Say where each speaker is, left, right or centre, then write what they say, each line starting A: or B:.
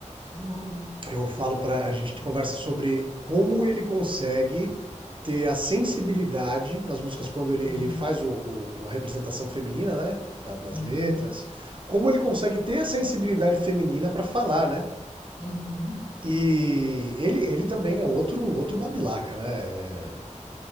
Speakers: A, on the left (about 25°); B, on the right (about 40°).
A: Uhum,
B: Eu falo pra a gente conversa sobre como ele consegue ter a sensibilidade nas músicas quando
A: uhum,
B: ele, ele faz o, o- a representação feminina, né? Na- Nas,
A: uhum,
B: letras, como ele consegue ter a sensibilidade feminina pra falar, né?
A: uhum,
B: E ele, ele também é outro outro babilaca, né?